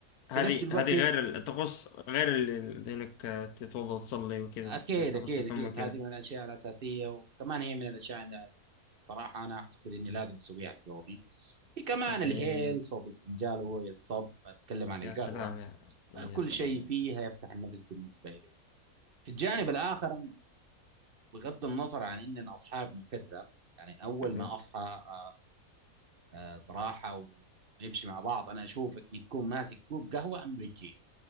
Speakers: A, on the left; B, on the right.
A: هذه
B: في نفس الوقت
A: هذه غير ال- تخص غير ال- ال- انك تتوضا وتصلي وكذا
B: أكيد
A: تغسل
B: أكيد
A: فمك
B: أكيد
A: كذا
B: هذه من الأشياء الأساسية وكمان هي من الأشياء اللي صراحة أنا أعتقد إني لازم أسويها في يومي في كمان
A: اوكي
B: الهيل
A: اي لازم
B: صوت الفنجان وهو ينصب أتكلم عن
A: يا
B: القهوة
A: سلام يا يا
B: كل
A: سلام
B: شيء
A: يا
B: فيها
A: أخي.
B: يفتح النفس بالنسبة لي في الجانب
A: إيه.
B: الآخر بغض النظر عن إننا أصحاب من فترة يعني أول
A: اوكي
B: ما أصحى آه، آه، صراحة ونمشي مع بعض أنا أشوفك تكون ماسك كوب قهوة أمريكية